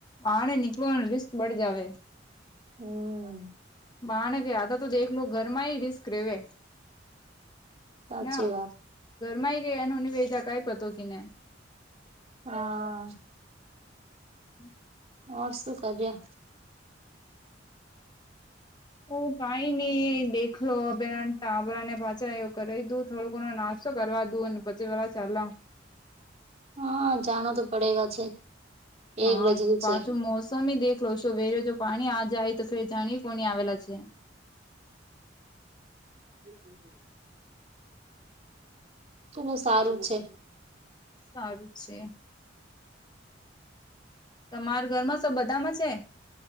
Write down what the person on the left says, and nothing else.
આડ નીકળ રિસ્ક બળ જાવ
બાને ક આધા, તો દેખ લો ઘરમા, હ રિસ્ક રેવે
ના
ઘરમાંય ગયા, હની વેજા કઈ પતો કને
હમ
હ કઈ, નઈ દેખલો બે તાબરાને પાછા એવું કર દું થોડોકનો નાશ કરવા દુ, અને પછી પે ચાલ
હા,
પાછું
મોસમી દેખલો છો, વરે જો પાણી આ જાય, તો ફે જાણીએ કોની આવેલા છે.
સારું છે તમારા ઘરમા, તો બધામાં છે.